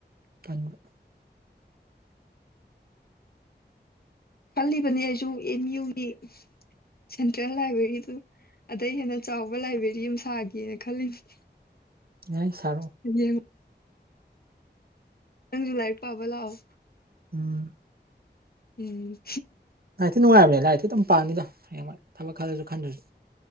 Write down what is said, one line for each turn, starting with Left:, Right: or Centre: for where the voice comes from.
Right: ꯇꯟꯕ꯫
Left: ꯈꯜꯂꯤꯕꯅꯦ ꯑꯩꯁꯨ ꯑꯦꯝ ꯌꯨꯒꯤ ꯁꯦꯟꯇ꯭ꯔꯦꯜ ꯂꯥꯏꯕ꯭ꯔꯦꯔꯤꯗꯨ꯫ ꯑꯗꯩ ꯍꯦꯟꯅ ꯆꯥꯎꯕ ꯂꯥꯏꯕ꯭ꯔꯦꯔꯤ ꯑꯃ ꯁꯥꯒꯦꯅ ꯈꯜꯂꯤꯕꯅꯤ꯫
Right: ꯌꯥ ꯁꯔꯣ꯫
Left: ꯌꯦ ꯅꯪꯁꯨ ꯂꯥꯏꯔꯤꯛ ꯄꯥꯕ ꯂꯥꯛꯑꯣ꯫
Right: ꯎꯝ꯫
Left: ꯎꯝ꯫
Right: ꯂꯥꯏꯇꯤ ꯉꯥꯏꯕꯅꯦ ꯂꯥꯏꯗꯤ ꯑꯗꯨꯝ ꯄꯥꯅꯤꯗ ꯍꯌꯦꯡ ꯋꯥꯏ ꯊꯕꯛ ꯈꯜꯂꯁꯨ ꯈꯥꯟꯗꯔꯁꯨ